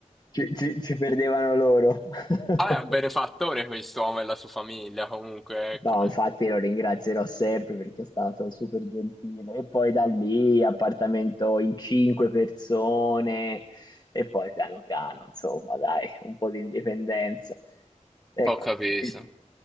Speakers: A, on the left; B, in the centre.
A: Ci, ci- ci perdevano loro. <laughs>
B: Ah, è un benefattore quest'uomo e la sua famiglia, comunque, ecco.
A: No, infatti lo ringrazierò sempre perché è stato super gentile. E poi da lì appartamento in 5 persone e poi piano piano, insomma, dai, un po' di indipendenza. Ecco,
B: Ho capito.
A: il-